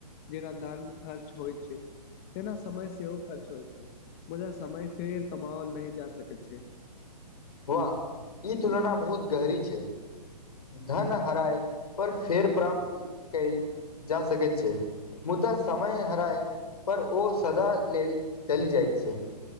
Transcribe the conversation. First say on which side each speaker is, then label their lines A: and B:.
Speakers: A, on the left; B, on the left.
A: जेना धर्म खर्च होइ छै तेना समय सेवो खर्च होइत छै मुदा समय फेर कमाओल नहि जा सकैत छै
B: वाह ई तुलना बहुत गहरी छै धन हराय पर फेर प्राप्त कयल जा सकैत छै मुदा समय हराय पर ओ सदा लेल चलि जाइत छै